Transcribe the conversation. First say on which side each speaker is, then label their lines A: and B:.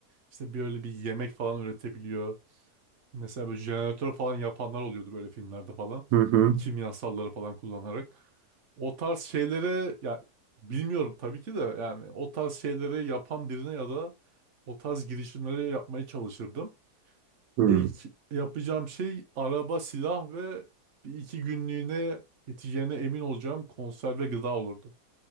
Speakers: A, on the right; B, on the right.
A: İşte böyle bir yemek falan üretebiliyor. Mesela böyle jeneratör falan yapanlar oluyordu böyle filmlerde falan.
B: Hı hı.
A: Bu kimyasalları falan kullanarak. O tarz şeylere ya bilmiyorum tabii ki de yani o tarz şeyleri yapan birine ya da o tarz girişimleri yapmaya çalışırdım.
B: Hı.
A: İlk yapacağım şey araba, silah ve bir iki günlüğüne yeteceğine emin olacağım konserve gıda olurdu.